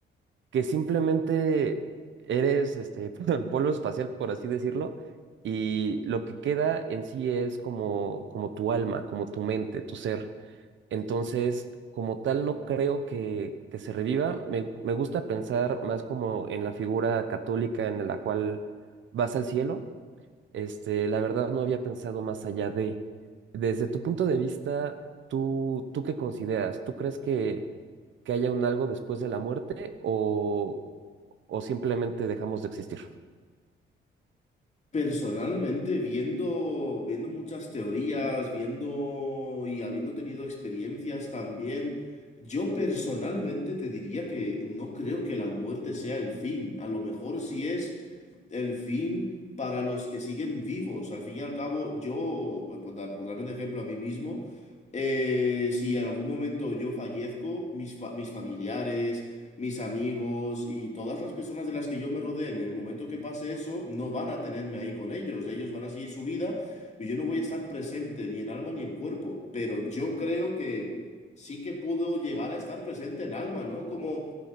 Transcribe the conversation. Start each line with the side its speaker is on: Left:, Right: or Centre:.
Right: que simplemente eres este <laughs> polvo espacial, por así decirlo, y lo que queda en sí es como, como tu alma, como tu mente, tu ser. Entonces, como tal, no creo que, que se reviva. Me, me gusta pensar más como en la figura católica en la cual vas al cielo. Este, la verdad no había pensado más allá de. Desde tu punto de vista, ¿tú, tú qué consideras? ¿Tú crees que, que haya un algo después de la muerte o, o simplemente dejamos de existir?
Left: Personalmente, viendo, viendo muchas teorías, viendo y habiendo tenido experiencias también, yo personalmente te diría que no creo que la muerte sea el fin. A lo mejor si es el fin para los que siguen vivos. Al fin y al cabo, yo, por dar, por darme un ejemplo a mí mismo, eh, si en algún momento yo fallezco, mis, fa- mis familiares, mis amigos y todas las personas de las que yo me rodee en el momento que pase eso, no van a tenerme ahí con ellos. Ellos van a seguir su vida y yo no voy a estar presente ni en alma ni en cuerpo. Pero yo creo que sí que puedo llegar a estar presente en alma, ¿no? Como